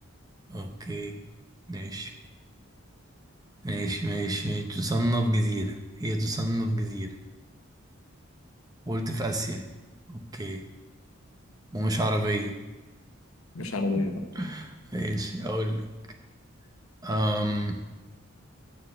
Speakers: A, on the right (about 15°); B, on the left (about 80°).
A: اوكي ماشي ماشي ماشي ماشي. تصنف جزيرة هي تصنف جزيرة قلت في آسيا اوكي ومش عربية
B: مش عربية
A: <laughs>
B: لا
A: ماشي اقول لك أم